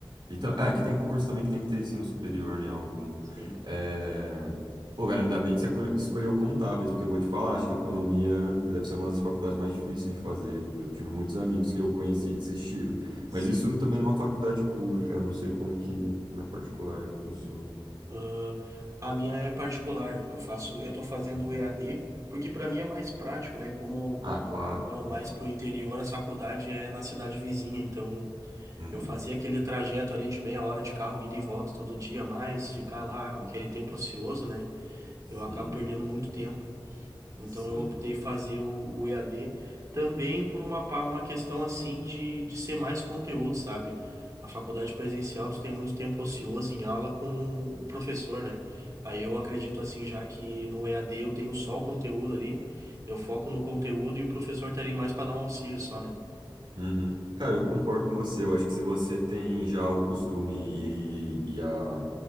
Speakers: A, on the right; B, on the right.
A: Então, é, que tem concurso também que tem que ter ensino superior, né? Algum.
B: Sim,
A: É... Pô, cara, ainda bem que você co- escolheu contábeis, porque eu vou te falar, acho que economia deve ser uma das faculdades mais difíceis de fazer. Eu tive muitos amigos que eu conheci e desistiram.
B: sim.
A: Mas isso também é uma faculdade pública, eu não sei como que, que na particular funciona.
B: Ah, a minha é particular. Eu faço, eu tô fazendo
A: Uhum.
B: o EAD, porque para mim é mais prático, né? Como
A: Ah, claro.
B: eu moro
A: Uhum.
B: mais pro interior, a faculdade é na cidade vizinha, então
A: Uhum.
B: eu fazia aquele trajeto ali de meia hora de carro ida e volta todo dia, mais ficar lá aquele tempo ocioso, né?
A: Sim,
B: Eu acabo perdendo muito tempo. Então
A: sim.
B: eu optei fazer o, o EAD também por uma, pa- uma questão assim de, de ser mais conteúdo, sabe? A faculdade presencial, tu tem muito tempo ocioso em aula com o professor, né? Aí eu acredito assim, já que no EAD eu tenho só o conteúdo ali, eu foco no conteúdo e o professor tá ali mais para dar um auxílio só, né?
A: Uhum. Cara, eu concordo com você. Eu acho que se você tem já o costume e, e a,